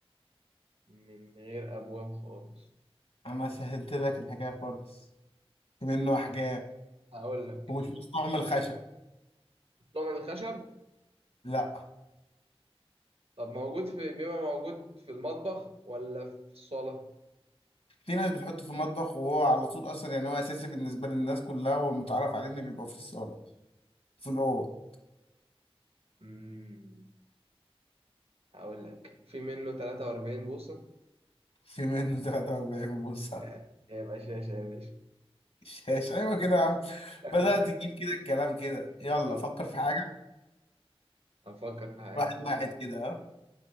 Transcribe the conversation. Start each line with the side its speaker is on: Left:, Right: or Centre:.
Right: من غير أبواب خالص
Left: انا سهلت لك الحكايه خالص في منه احجام
Right: هقول لك
Left: ومش مستعمل خشب
Right: نوع من الخشب
Left: لا
Right: طب موجود في بيبقى موجود في المطبخ ولا في الصالة؟
Left: في ناس بتحطه في المطبخ وهو على طول اصلا يعني هو اساسي بالنسبه للناس كلها والمتعارف عليه انه بيبقى في الصاله في الاوض
Right: مم. هقول لك في منه 43 بوصة
Left: في منه 43 بوصه
Right: آه. يا باشا يا باشا يا باشا
Left: شاش ايوه كده يا عم
Right: <laughs>
Left: بدات تجيب كده الكلام كده يلا
Right: آه،
Left: فكر في حاجه
Right: هنفكر في حاجة
Left: واحد واحد كده اه